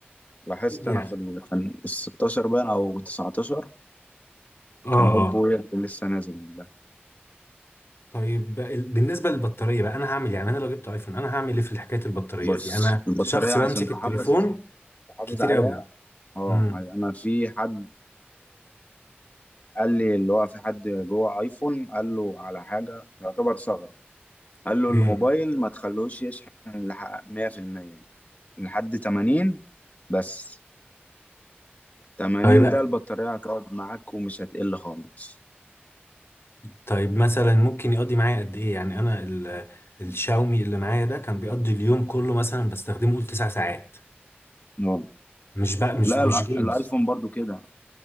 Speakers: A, on the left; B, on the left.
A: لاحظت
B: يعني
A: انا في ال... كان ال 16 باين او 19
B: اه
A: كان اوبو
B: اه
A: هي اللي لسه نازل ده
B: طيب بقى ال- بالنسبة للبطارية بقى أنا هعمل إيه؟ يعني أنا لو جبت أيفون أنا هعمل إيه في حكاية البطارية
A: بص
B: دي؟ أنا
A: البطارية
B: شخص
A: عشان
B: بمسك
A: تحافظ
B: التليفون
A: تحافظ
B: كتير
A: عليها
B: أوي
A: اه
B: امم
A: انا في حد قال لي اللي هو في حد جوه ايفون قال له على حاجة يعتبر ثغرة قال له الموبايل
B: إيه
A: ما تخلوش يشحن لح- 100% لحد 80 بس 80
B: طيب بقى
A: ده البطارية هتقعد معاك ومش هتقل خالص
B: طيب مثلا ممكن يقضي معايا قد إيه؟ يعني أنا ال... الشاومي اللي معايا ده كان بيقضي اليوم كله مثلا بستخدمه قول تسع ساعات
A: اه
B: مش بقى مش
A: لا
B: مش
A: الع-
B: جيمز
A: الايفون برضو كده